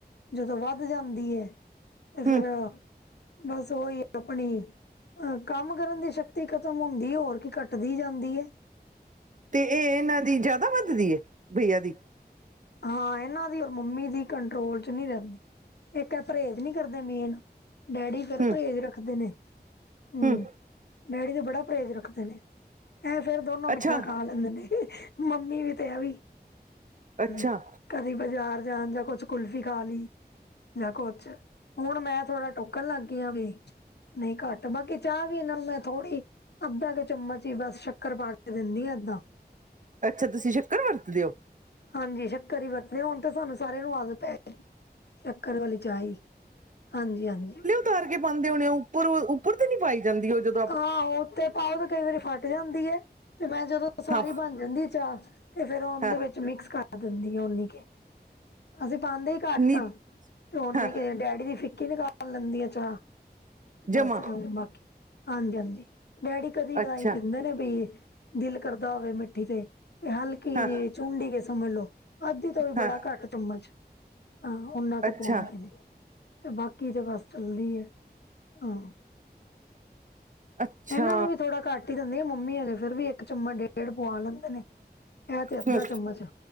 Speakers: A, on the left; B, on the right.
A: ਜਦੋਂ ਵੱਧ ਜਾਂਦੀ ਏ ਤੇ
B: ਹੂੰ
A: ਫੇਰ ਬਸ ਓਹੀ ਅਪਣੀ ਅ ਕੰਮ ਕਰਨ ਦੀ ਸ਼ਕਤੀ ਖਤਮ ਹੁੰਦੀ ਏ, ਹੋਰ ਕੀ ਘੱਟਦੀ ਜਾਂਦੀ ਏ।
B: ਤੇ ਏ ਏਹਨਾਂ ਦੀ ਜਯਾਦਾ ਵੱਧਦੀ ਏ, ਭਈਆ ਦੀ?
A: ਹਾਂ, ਏਨਾਂ ਦੀ ਔਰ ਮੰਮੀ ਦੀ ਕੰਟਰੋਲ ਚ ਨੀ ਰੈੰਦੀ। ਇੱਕ ਐ ਪਰਹੇਜ਼ ਨੀ ਕਰਦੇ ਮੇਨ, ਡੈਡੀ ਫੇਰ
B: ਹੂੰ
A: ਪਰਹੇਜ਼ ਰੱਖਦੇ ਨੇ। ਹੂ,
B: ਹੂੰ
A: ਡੈਡੀ ਤੇ ਬੜਾ ਪਰਹੇਜ਼ ਰੱਖਦੇ ਨੇ। ਐ ਫੇਰ ਦੋਨੋ ਮਿੱਠਾ
B: ਅੱਛਾ
A: ਖਾ ਲੈਂਦੇ ਨੇ, ਮੰਮੀ ਵੀ ਤੇ ਐ ਵੀ।
B: ਅੱਛਾ
A: ਹੂੰ, ਕਦੀ ਬਜ਼ਾਰ ਜਾਣ ਜਾਂ ਕੁਛ ਕੁਲਫ਼ੀ ਖਾ ਲੀ। ਯਾ ਕੁਛ, ਹੁਣ ਮੈਂ ਥੋੜ੍ਹਾ ਟੋਕਣ ਲੱਗ ਗਈ ਆ ਵੀ। ਨਹੀਂ ਘੱਟ, ਬਾਕੀ ਚਾਹ ਵੀ ਏਨਾਂ ਨੂੰ ਮੈਂ ਥੋੜ੍ਹੀ ਅੱਧਾ ਕ ਚਮਚ ਹੀ ਬਸ ਸ਼ੱਕਰ ਪਾ ਕੇ ਦਿੰਣੀ ਆਂ ਅੱਧਾ।
B: ਅੱਛਾ, ਤੁਸੀਂ ਸ਼ੱਕਰ ਵਰਤਦੇ ਔ?
A: ਹਾਂਜੀ, ਸ਼ੱਕਰ ਹੀ ਵਰਤਦੇ ਹੁਣ ਤੇ ਸਾਨੂੰ ਸਾਰਿਆਂ ਨੂੰ ਆਦਤ ਪੈਗੀ। ਸ਼ੱਕਰ ਵਾਲੀ ਚਾਹ ਈ, ਹਾਂਜੀ ਹਾਂਜੀ।
B: ਤਾਰ ਕੇ ਪਾੰਦੇ ਹੋਣੇ ਔ ਉਪਰ ਉੱਪਰ ਤੇ ਨੀ ਪਾਈ ਜਾਂਦੀ ਓਹ ਜਦ
A: ਆਹੋ, ਉਤੇ ਪਾਓ ਤੇ ਕਈ ਵਾਰੀ ਫਟ ਜਾਂਦੀ ਏ, ਤੇ ਮੈਂ ਜਦੋਂ ਸਾਰੀ
B: ਹਾਂ
A: ਬਣ ਜਾਂਦੀ ਏ ਚਾਹ ਤੇ ਫੇਰ ਔੰਦੇ
B: ਹਾਂ
A: ਵਿੱਚ ਮਿਕਸ ਕਰ ਦਿੰਦੀ ਆ ਓਨੀ ਕੇ। ਅਸੀਂ ਪਾੰਦੇ ਹੀ ਘੱਟ
B: ਨੀ
A: ਆਂ ਤੇ ਓਨੇ
B: ਹਾਂ
A: ਕੇ ਡੈਡੀ ਦੀ ਫਿੱਕੀ ਨਿਕਾਲ ਲੈਂਦੀ ਆ ਚਾਹ। ਤੇ
B: ਜਮਾ
A: ਬਸ ਬਾਕੀ ਹਾਂਜੀ ਹਾਂਜੀ ਡੈਡੀ ਕਦੀ ਕਦਾਹੀ
B: ਅੱਛਾ
A: ਪੀਂਦੇ ਨੇ, ਬਈ ਦਿਲ ਕਰਦਾ ਹੋਵੇ ਮਿੱਠੀ ਤੇ ਤੇ ਹਲਕੀ
B: ਹਾਂ
A: ਜਿ ਚੁੰਡੀ ਕਿ ਸਮਝ ਲੋ। ਅੱਧੀ ਤੋਂ ਵੀ ਬੜਾ
B: ਹਾਂ
A: ਘੱਟ ਚਮਚ, ਅਹਂ ਉਨਾ ਕੀ
B: ਅੱਛਾ
A: ਪਵਾੰਦੇ ਨੇ। ਤੇ ਬਾਕੀ ਤੇ ਬਸ ਚੱਲਦੀ ਏ ਆਂ।
B: ਅੱਛਾ
A: ਐਨਾਂ ਨੂੰ ਵੀ ਥੋੜਾ ਘੱਟ ਟੀ ਦਿੰਣੀ ਆ ਮੰਮੀ ਅਜੇ ਫੇਰ ਵੀ ਇੱਕ ਚਮਚ ਡੇਢ ਪੂਆ ਲੈਂਦੇ ਨੇ। ਏਹ ਤੇ ਅੱਧਾ
B: ਹਮ,
A: ਚਮਚ